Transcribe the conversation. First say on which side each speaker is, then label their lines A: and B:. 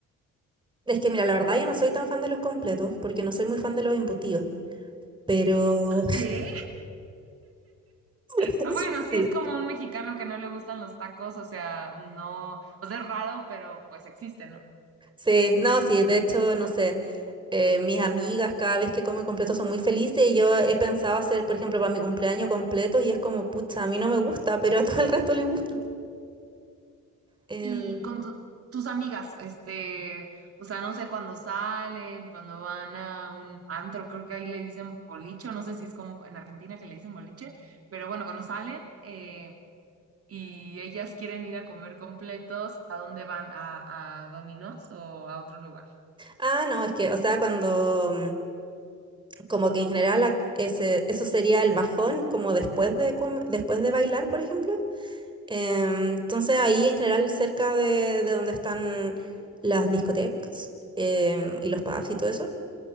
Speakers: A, on the right; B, on the right.
A: Es que mira, la verdad yo no soy tan fan de los completos porque no soy muy fan de los embutidos, pero
B: ¿Qué?
A: <laughs>
B: Pero Bueno, sí,
A: sí,
B: es como un mexicano que no le gustan los tacos, o sea, no, o sea, es raro, pero pues existe, ¿no?
A: sí, no, sí, de hecho, no sé, eh, mis amigas cada vez que comen completos son muy felices y yo he pensado hacer, por ejemplo, para mi cumpleaños completos y es como, pucha, a mí no me gusta, pero a todo el resto le gusta. Em,
B: Y con tu- tus amigas, este, o sea, no sé, cuando salen, cuando van a un antro, creo que ahí le dicen boliche, o no sé si es como en Argentina que le dicen boliche, pero bueno, cuando salen eh, y ellas quieren ir a comer completos, ¿a dónde van? ¿A, a Domino's o a otro lugar?
A: ah, no, es que, o sea, cuando, como que en general la- ese, eso sería el bajón, como después de, com- después de bailar, por ejemplo. Em, entonces ahí en general cerca de, de donde están las discotecas em, y los pubs y todo eso,